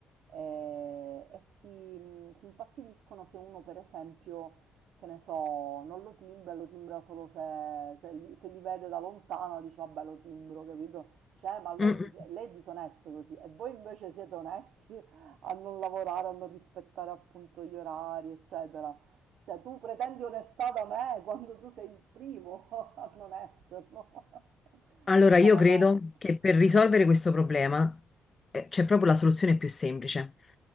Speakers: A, on the right; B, on the left.
A: eh, e si, mh, si infastidiscono se uno, per esempio, che ne so, non lo timbra, lo timbra solo se, se li, se li vede da lontano, dice vabbè lo timbro, capito? Dice, eh, ma lei,
B: Mm,
A: è
B: mm.
A: dis- lei è disonesto così e voi invece siete onesti <laughs> a non lavorare, a non rispettare appunto gli orari, eccetera. Cioè tu pretendi onestà da me quando tu sei il primo <laughs> a non esserlo.
B: Allora, io
A: Paradosso.
B: credo che per risolvere questo problema eh, c'è proprio la soluzione più semplice.